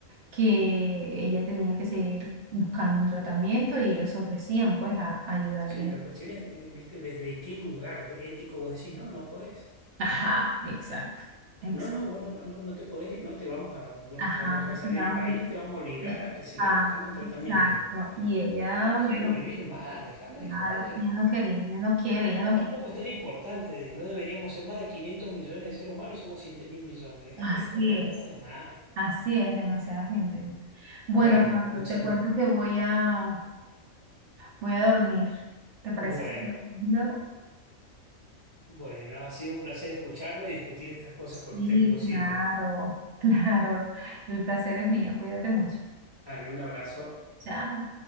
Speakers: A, on the right (about 65°); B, on the left (about 30°).
A: que ella tenía que seguir buscando un tratamiento y ellos se ofrecían pues a, ayudarle.
B: Sí, la cuestión es, eh, viste, desde qué lugar de- ético vos decís, no, no podés.
A: Ajá, exacto, exacto.
B: No, no, vos no, no, no, no te podés ir, no te vamos a, no
A: Ajá,
B: te vamos a dejar salir
A: digamos,
B: del país, te vamos a obligar
A: eh,
B: a que sigas
A: ajá,
B: buscando un tratamiento.
A: exacto. Y ella,
B: No quiero
A: bueno,
B: vivir más, déjame
A: claro,
B: de joder.
A: ella no quería, ella no quiere, ella
B: No,
A: no
B: tampoco
A: quiere.
B: es tan importante, no deberíamos ser más de 500 millones de seres humanos y somos 7 mil millones. Déjame
A: Así
B: de joder,
A: es,
B: estamos de más.
A: así es, demasiada gente. Bueno,
B: Bueno,
A: Pablo,
B: escúchame.
A: te cuento que voy a, Voy a dormir. ¿Te parece
B: Bueno,
A: si continuamos luego?
B: bueno, ha sido un placer escucharlo y discutir estas cosas
A: Sí,
B: con usted como siempre.
A: claro, <laughs> claro. El placer es mío. Cuídate mucho.
B: Dale, un abrazo.
A: Chao.